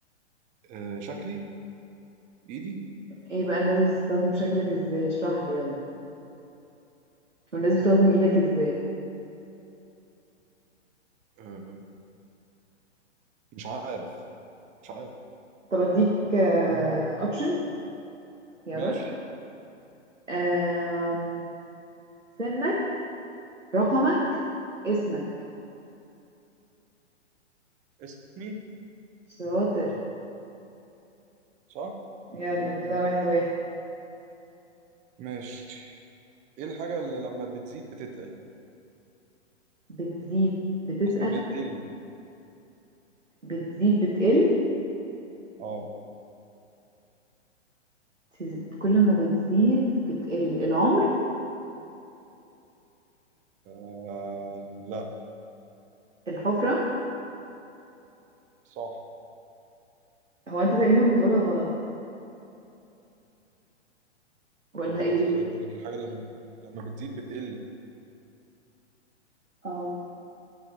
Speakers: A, on the right (about 20°); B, on the right (about 85°).
A: آه شكلي ايدي
B: إيه بقى الناس بتستخدم شكلك إزاي اشرح لي يلا والناس بتستخدم إيدك إزاي
A: آه مش عارف مش عارف
B: طب أديك أوبشنز خيارات
A: ماشي
B: آم، سنك رقمك اسمك
A: اسمي
B: شاطر
A: صح
B: يلا
A: <laughs>
B: كده واحد واحد
A: ماشي ايه الحاجة اللي لما بتزيد بتتقل
B: بتزيد بتتقل
A: قصدي بتقل
B: بتزيد بتقل
A: اه
B: ت- كل ما بتزيد بتقل العمر
A: آه، لا
B: الحفرة
A: صح
B: هو انت تقريبا بتقولها غلط ولا
A: ولا غلط
B: ايه
A: ازاي بقول لك الحاجة لما لما بتزيد بتقل
B: اه